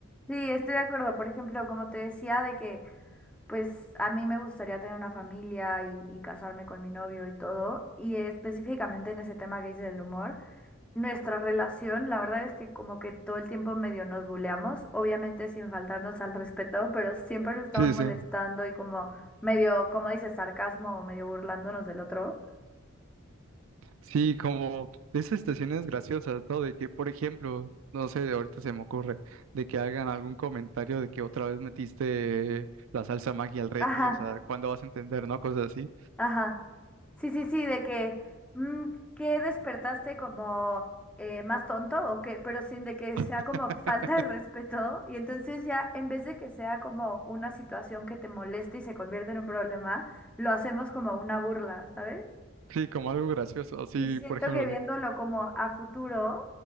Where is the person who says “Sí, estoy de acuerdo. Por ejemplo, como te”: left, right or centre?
Centre